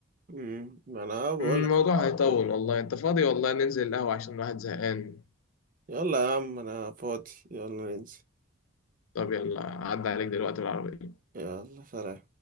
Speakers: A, on the right; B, on the left.
A: امم ما انا بقول
B: الموضوع
A: لك الحوار
B: هيطول
A: ده
B: والله انت فاضي والله ننزل القهوة عشان الواحد زهقان
A: يلا يا عم انا فاضي يلا ننزل
B: طب يلا عدى عليك دلوقتي بالعربية
A: يلا سلام